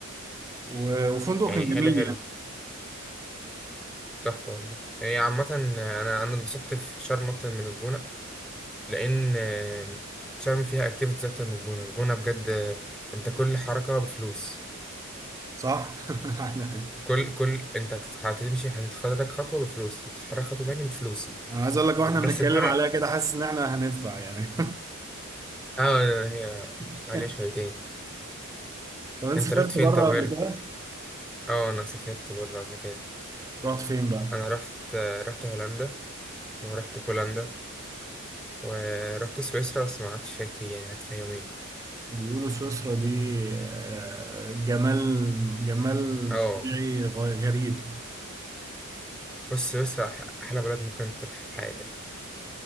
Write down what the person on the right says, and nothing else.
و- وفندق
كان جميل
يعني
صح
<laughs>
انا عايز اقول لك واحنا
بنتكلم
عليها كده حاسس ان احنا هندفع يعني
<laughs>
طب انت
سافرت
بره
قبل
كده؟
رحت فين بقى؟
بيقولوا سويسرا دي آه، جمال جمال
طبيعي غ- غريب